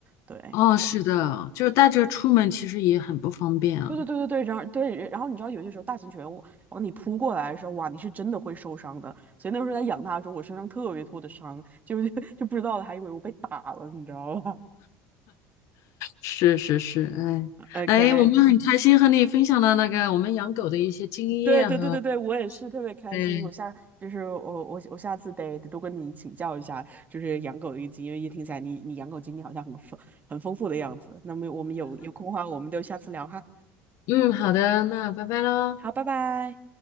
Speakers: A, on the right (about 30°); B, on the left (about 65°).
A: 对。
B: 哦，是的，就是带着出门其实也很不方便啊，
A: 对对对对对，然后对，然后你知道有些时候大型犬往往你扑过来的时候，哇，你是真的会受伤的。所以那时候在养它的时候，我身上特别多的伤，就是 <laughs> 就不知道它还以为我被打了，你知道吧？
B: 是是是，哎哎，
A: OK，
B: 我们很开心和你分享了那个我们养狗的一些经验和，
A: 对对对对对，我也是特别开心。
B: 对，
A: 我下就是我我我下次得得多跟你请教一下，就是养狗的一个经验，因为一听起来你你养狗经历好像很丰很丰富的样子。那么我们有有空的话，我们就下次聊哈。
B: 嗯，好的，那拜拜喽。
A: 好，拜拜。